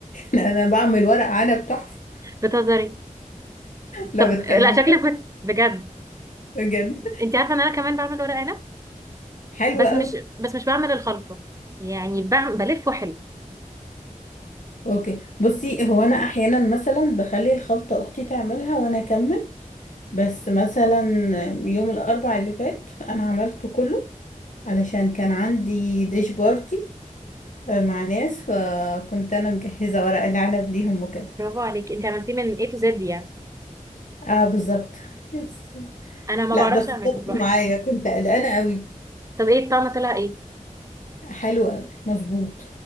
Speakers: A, on the left; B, on the right.
A: بع- <laughs> انا بعمل ورق عنب تحفه
B: بتهزري
A: لا
B: طب
A: بتكلم
B: لا شكلك
A: جد
B: بت- بجد
A: بجد
B: انت عارفة ان انا كمان بعمل ورق عنب
A: حلو
B: بس
A: قوي
B: مش بس مش بعمل الخلطة يعني بعمل بلفه حلو
A: اوكي بصي هو انا احيانا مثلا بخلي الخلطه اختي تعملها وانا اكمل بس مثلا يوم الاربع اللي فات انا عملته كله علشان كان عندي ديش بارتي آه، مع ناس فكنت انا مجهزه ورق العنب ليهم وكده
B: برافو عليك انت عملتيه من A to Z يعني
A: اه بالظبط يس
B: انا ما
A: لا
B: بعرفش
A: بس
B: اعمله
A: ظبط
B: لوحدي
A: معايا كنت قلقانه قوي
B: طب ايه الطعم طلع ايه
A: حلو قوي مظبوط